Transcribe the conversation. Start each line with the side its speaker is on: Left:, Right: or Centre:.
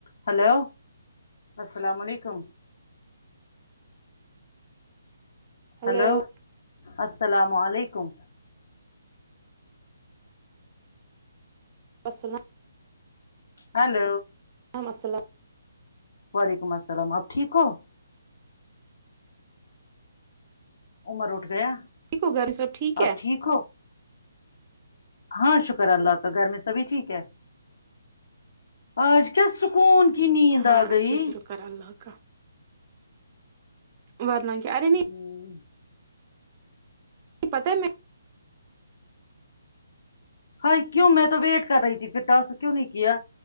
Left: hello السلام علیکم
Right: hello
Left: hello السلام علیکم
Right: وسلام
Left: ہیلو
Right: ہاں مسئلہ
Left: وعلیکم السلام آپ ٹھیک ہو امر اٹھ گیا
Right: ٹھیک ہو گھر سب ٹھیک ہے
Left: آپ ٹھیک ہو ہاں شکر اللہ کا گھر میں سبھی ٹھیک ہے آج کیا سکون کی نیند
Right: ہاں
Left: آ گئی
Right: اچھے سے شکر اللہ کا ورنا کیا ارے نہیں
Left: ہوں
Right: پتا ہے مے
Left: ہاے کیوں میں تو ویٹ کر رہی تھی پھر ٹاس کیوں نہیں کیا